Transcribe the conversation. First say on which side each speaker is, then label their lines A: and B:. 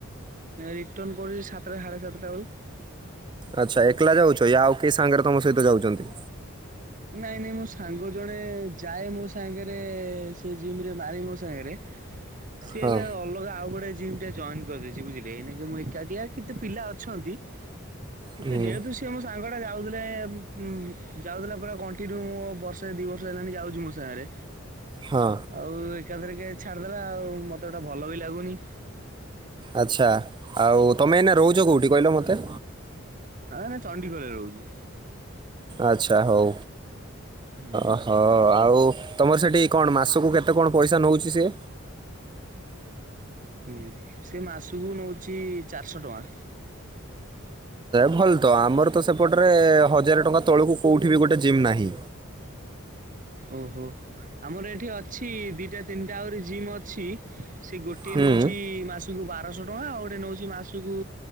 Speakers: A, on the right; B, on the right.
A: ରିଟର୍ଣ କରଛିି ସାତଟା ସାଢ଼େ ସାତଟା ବେଳକୁ।
B: ଆଚ୍ଛା ଏକଲା ଯାଉଛ ୟା ଆଉ କେହି ସାଙ୍ଗରେ ତମ ସହିତ ଯାଉଛନ୍ତି?
A: ନାଇଁ ନାଇଁ ମୋ ସାଙ୍ଗ ଜଣେ ଯାଏ ମୋ ସାଙ୍ଗରେ ସେ ଜିମ ରେ ମାରି ମୋ ସାଙ୍ଗରେ। ସିଏ
B: ହଁ
A: ଏବେ ଆଉ ଅଲଗା ଆଉ ଗୋଟେ ଜିମ୍ ଟେ ଜଏନ୍ କରିଛି ବୁଝିଲେ ଏ ନକେ ମୁଁ ଏକାଟିଆ। କେତେ ପିଲା ଅଛନ୍ତି କିନ୍ତୁ
B: ହୁଁ
A: ଯେହେତୁ ସେ ମୋ ସାଙ୍ଗ ଟା ଯାଉଥିଲେ ଉଁ ଯାଉଥିଲେ ପୁରା କଣ୍ଟିନ୍ୟୁ ମୁ ବର୍ଷେ ଦି ବର୍ଷ। <inaudible> ଯାଉଛି ମୋ ସାଙ୍ଗରେ
B: ହଁ
A: ଆଉ ଏକାଥରେକେ। ଛାଡ଼ିଦେଲା ଆଉ ମୋତେ ଏଟା ଭଲ ବି ଲାଗୁନି।
B: ଆଚ୍ଛା ଆଉ ତମେ ଏନା ରହୁଛ କେଉଠି କହିଲ ମୋତେ।
A: ନାଇଁ ନାଇଁ ଚଣ୍ଡିଖୋଲ ରେ ରହୁଛି।
B: ଆଚ୍ଛା ହଉ
A: ହୁଁ
B: ଅହ ଆଉ। ତମର ସେଠି କଣ ମାସକୁ କେତେ କଣ ପଇସା ନଉଚି ସିଏ।
A: ହୁଁ ସେ ମାସକୁ ନଉଛି ଚାରିଶହ ଟଙ୍କା।
B: ଭଲ ତ ଆମର ତ ସେପଟରେ ହଜାର ଟଙ୍କା ତଳକୁ କୋଉଠି ବି ଗୋଟେ ଜିମ୍ ନାହିଁ।
A: ଓହୋ ଆମର ଏଠି ଅଛି ଦିଟା ତିନିଟା ଆହୁରି ଜିମ୍ ଅଛି। ସେ ଗୋଟିଏ
B: ହୁଁ
A: ନଉଛି ମାସକୁ ବାରଶହ ଟଙ୍କା ଆଉ ଗୋଟେ ନଉଛି ମାସକୁ